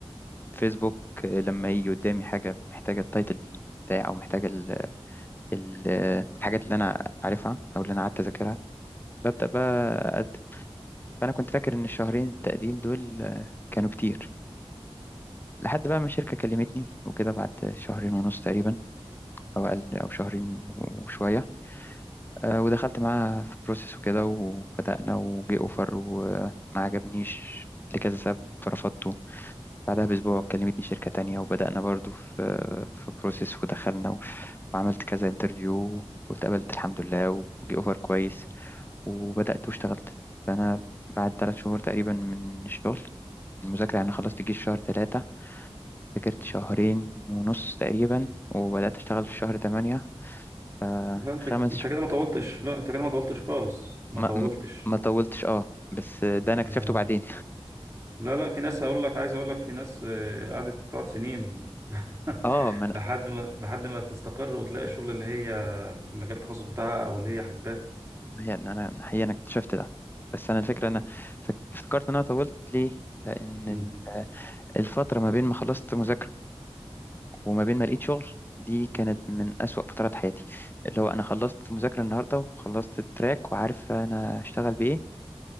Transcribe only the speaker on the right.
لا أنت
أنت
كده ما طولتش لا أنت كده ما طولتش خالص ما
طولتش
آه،
لا لا في ناس هقول لك عايز اقول لك في ناس آه، قعدت تقعد سنين <laughs>
لحد ما لحد ما تستقر وتلاقي الشغل اللي هي في مجال التخصص بتاعها او اللي هي حباه
مم.